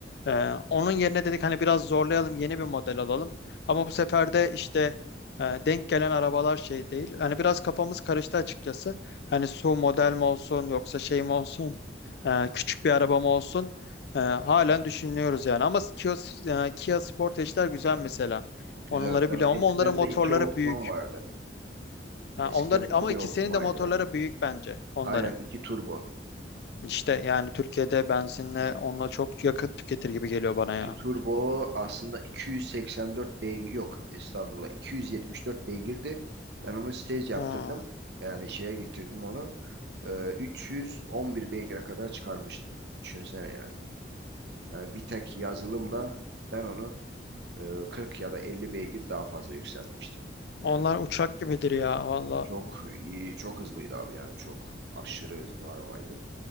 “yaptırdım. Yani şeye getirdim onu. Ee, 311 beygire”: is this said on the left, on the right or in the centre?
Right